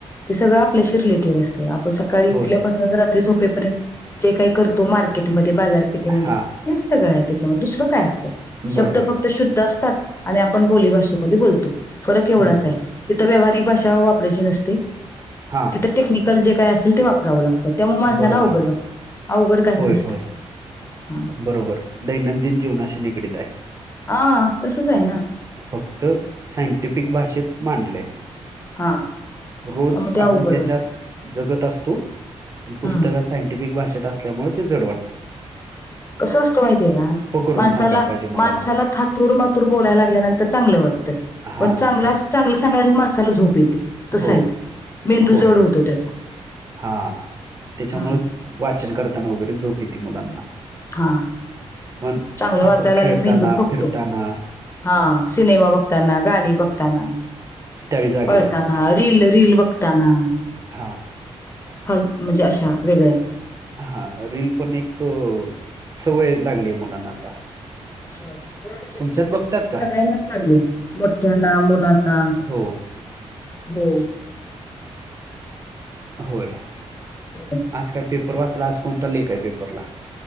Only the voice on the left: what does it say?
ते सगळं आपल्याशी रिलेटेड असतं आपण सकाळी
उठल्यापासून रात्री झोपेपर्यंत जे काय करतो मार्केटमध्ये बाजारपेठेमध्ये
हेच सगळं आहे त्याच्यामध्ये दुसरं काय. ते शब्द
फक्त शुद्ध असतात आणि आपण बोलीभाषेमध्ये बोलतो फरक
एवढाच आहे. तिथं व्यावहारिक भाषा वापरायची नसते.
तिथ टेक्निकल जे काय असेल ते वापरावं लागतं त्यामुळे माणसांना
अवघड वाटतं. अवघड काही
नसतं.
हा
हा तसच आहे ना.
हा
त्यामुळे ते
अवघड
वाटतं
हम्म
कसं असतो माहितीय का
माणसाला
माणसाला
ातूर मातूर बोलायला लागल्यानंतर चांगलं वाटतं
पण चांगलं चांग माणसाला झोप येते तस
येत मेंदू
जड होतो त्याचा
हम
हा
चांगलं
वाचायला
आले मेंदू थोकतो
हा सिनेमा बघताना गाणी बघताना
पळताना,
रील रील बघताना
फल म्हणजे अशा वेगळ्या
होय. लहानांच कशाला,
सगळ्यांनाच लागले, मोठ्यांना, मुलांना,
हो.
होय.